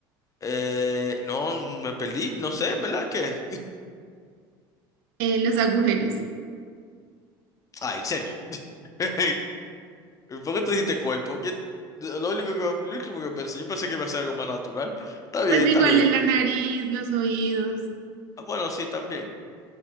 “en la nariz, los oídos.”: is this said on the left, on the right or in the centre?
Right